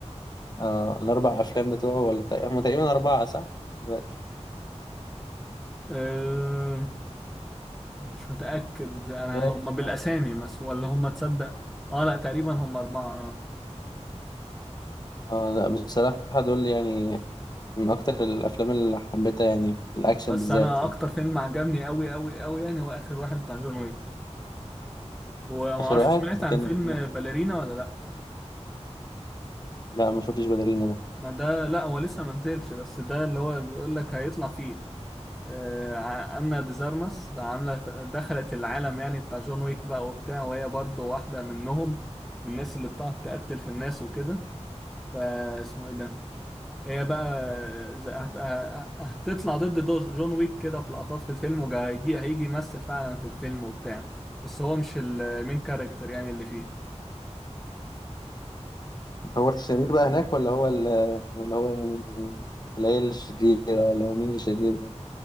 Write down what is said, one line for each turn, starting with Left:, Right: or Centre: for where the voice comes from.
Left: آه، الاربع افلام بتوعه ولا تق- هم تقريبا اربعه صح دلوقتي
Centre: أه مش متأكد أنا
Left: أيوة.
Centre: هما بالأسامي بس ولا هما تصدق آه لا تقريبا هما أربعة آه.
Left: اه لا بصراحه دول يعني من اكتر الافلام اللي حبيتها يعني في الاكشن
Centre: بس
Left: بالذات
Centre: أنا
Left: يعني
Centre: أكتر فيلم عجبني أوي أوي أوي يعني هو آخر واحد بتاع جون ويك ومعرفش
Left: اخر واحد
Centre: سمعت عن
Left: كان
Centre: فيلم باليرينا ولا لأ
Left: لا ما شفتش باليرينا ده
Centre: ما ده لأ هو لسه منزلش بس ده اللي هو بيقول لك هيطلع فيه آه، ع- أنا ديزارمس عاملة دخلت العالم يعني بتاع جون ويك بقى وبتاع وهي برضو واحدة منهم من الناس اللي بتقعد تقتل في الناس وكده فاسمه ايه ده هي بقى ز- هت- ه- هتطلع ضد دو- جون ويك كده في لقطات في الفيلم وهيجي هيجي يمثل فعلا في الفيلم وبتاع بس هو مش المين كاركتر يعني اللي فيه
Left: هو الشرير بقى هناك ولا هو ال ولا هو يعني من- ولا هي الشريرة ولا هو مين الشرير بقى